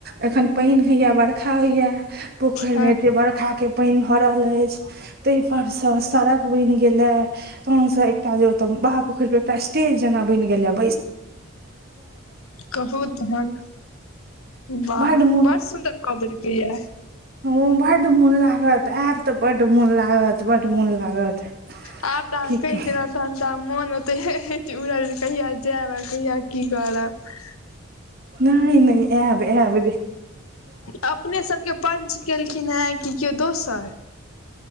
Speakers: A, on the right; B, on the left.
A: एखन पानि होइ यऽ बरखा होइ यऽ पोखैर
B: हँ
A: मे एते बरखा के पाइन भरल अछि तै पर से सड़क बनि गेलअ तहन सँ एकटा जो तब बाहर पोखरि पर एकटा स्टेज जेना बनि गेलै अब
B: कहू तहन वाह
A: बड
B: बड़ सुन्दर कऽ देलकै अऽ
A: हँ बड मोन लागत आइब तऽ बड मोन लागत बड मोन लागत
B: आब त आहाँ
A: की
B: कहि
A: कही,
B: दैलौ तहन त आब मोन ओतइहे उड़ल जे कहिया जायब आ कहिया की करब
A: नइ नइ ऐब ऐब
B: अपने सबके पंच केलखिन हेँ कि केओ दोसर